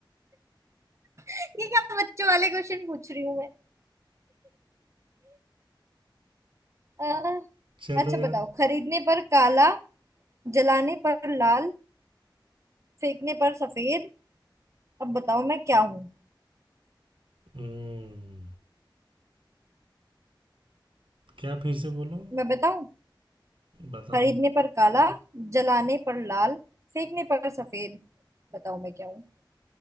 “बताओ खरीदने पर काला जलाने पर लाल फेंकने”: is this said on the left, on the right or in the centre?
Right